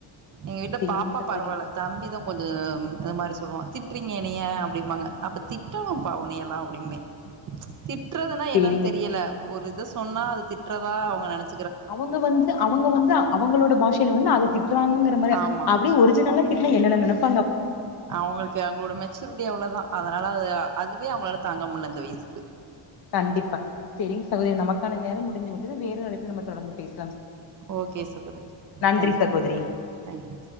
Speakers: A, on the right (about 40°); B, on the left (about 55°).
A: எங்க வீட்டு
B: சேரிங்க
A: பாப்பா
B: சகோதரி
A: பரவால்ல தம்பிதா கொஞ்சோ உம் இது மாரி ஸ் சொல்லுவா திட்டுறீங்க என்னைய அப்டிம்பாங்க அப்ப திட்டணுபா ஒனயல்லா அப்டியுபே திட்டுறதுனா
B: சேரிங்க
A: என்னன்னு தெரியல ஒரு இத சொன்னா அது திட்டுறதா அவுங்க நெனச்
B: அவுங்க வந்து அவுங்க வந்து அவுங்களோட பாஷைல வந்து அது திட்டுறாங்கிற மாரி
A: ஆமா
B: அப்டியே ஒஜினலா திட்னா என்னென்ன நெனப்
A: அவுங்களுக்கு அவுங்களோட மெச்சூரிட்டி அவ்ளோதா அதுனால அது அதுவே அவுங்களால தாங்க முள்ள அந்த வயசுக்கு
B: கண்டிப்பா செரிங்க சகோதிரி நமக்கான நேரம் முடிஞ்சு விட்டது வேறு அழைப்பில் நம்ம தொடர்ந்து பேசு
A: ஓகே சகோதரி
B: நன்றி
A: தேங்க்யூ
B: சகோதரி
A: தேங்க்யூ